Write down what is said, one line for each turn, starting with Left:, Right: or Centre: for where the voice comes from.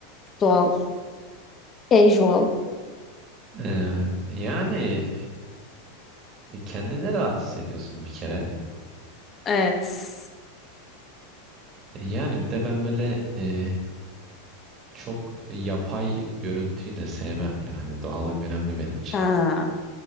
Left: doğal, casual.
Right: Ee, yani kendine rahat hissediyorsun bir kere.
Left: Evet.
Right: E, Yani bir de ben böyle e, çok yapay görüntüyü de sevmem yani. Doğallık önemli benim için.
Left: Ha.